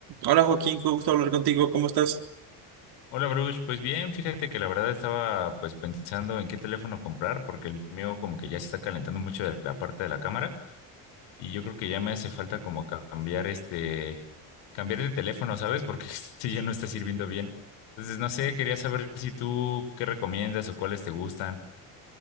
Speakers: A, on the right (about 60°); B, on the left (about 80°).
A: Hola Joaquín, fue gusto hablar contigo, ¿cómo estás?
B: Hola Bruce, pues bien, fíjate que la verdad estaba pues pensando en qué teléfono comprar porque el mío como que ya se está calentando mucho de la parte de la cámara y yo creo que ya me hace falta como ca- cambiar este, cambiar de teléfono, ¿sabes? Porque <laughs> este ya no está sirviendo bien. Entonces, no sé, quería saber si tú qué recomiendas o cuáles te gustan.